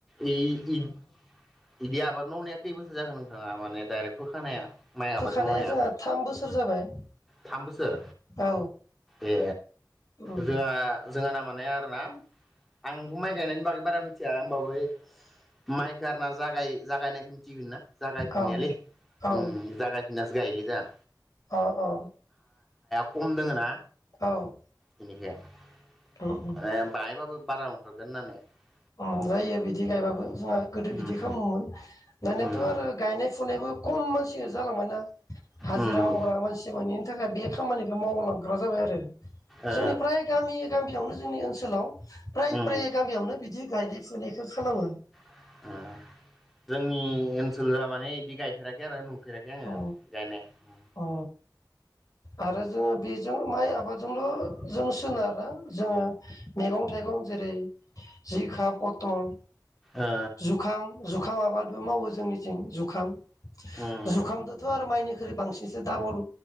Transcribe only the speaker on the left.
फोखानाया
जोंहा थाम बोसोर जाबाय
औ
उम
औ औ
अ अ
औ।
उम उम
उम जायो बिदि गायबाबो । जोंहा गोदो
बिदि खामोमोन दानियाथ
आरो गायनाय फुनायबो खम मानसि जालांबाय ना हाजिरा
मावग्रा मानसि मोनिन थाखाय बे खामानिखौ मावलांग्रा जाबाय आरो
जोंनिफ्राय गामि गामियावनो जोंनि ओनसोलाव। प्राय
प्राय गामियावनो बिदि गायनाय फुनायखौ खालामो ।
अ
अ आरो जोङो बेजों माइ आबाद जोंबो जों सोनारा जोङो मेगं थाइगं जेरै जिखा पथल
जुखाम जुखामा आबादबो मावो जोंनिथिं जुखाम
जुखामदोथ' आरो माइनि ख्रै बांसिनसो दाबल